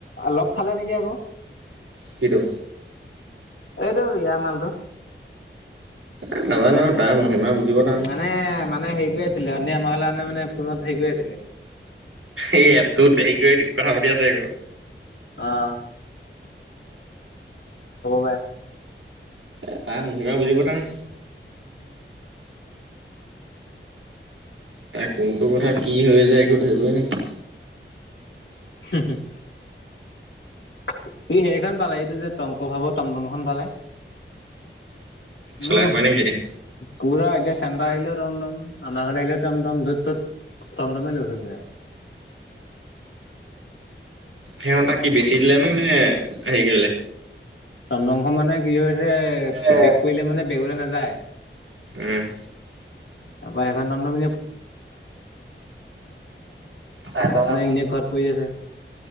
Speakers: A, on the left; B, on the right.
A: লগ খালে নেকি আকৌ
B: কিটো
A: এইটো ইমালটো
B: এ নাজানো তাৰ মহিমা বুজিব টান।
A: মানে মানে হেৰি কৰি আ ছিলে আপুনি আমাৰ কাৰণে মানে ফোনত হেৰি কৰি আছিলে
B: এই এপটো হেৰি কৰি কথা পাতি আছে আকৌ
A: আহ ৰৱে
B: এটা মহিমা বুজিবটান তাই কোনটো কথা কি হৈ যায় একো ধৰিবই নেকি
A: হুম হুম স হেৰিখন পালে এইটো যে টংক ভাৱ টমটম খনপালে
B: চলাই
A: উম
B: ফুৰে নেকি এতিয়া
A: পুৰা এতি ঠডা আহিলেও টমটম <unintelligible> <unintelligible>
B: সিহঁতাক কি বেছি দিলে নে নে হেৰি কৰিলে
A: টমটম খন মানে কি হৈছে
B: এ
A: বেগ কৰিলে মানে বেগলৈ নাযায়
B: উম
A: তাপা সেইখনটমটম <unintelligible> <unintelligible>
B: চাৰে টকা
A: এনে ঘৰত পৰি আছে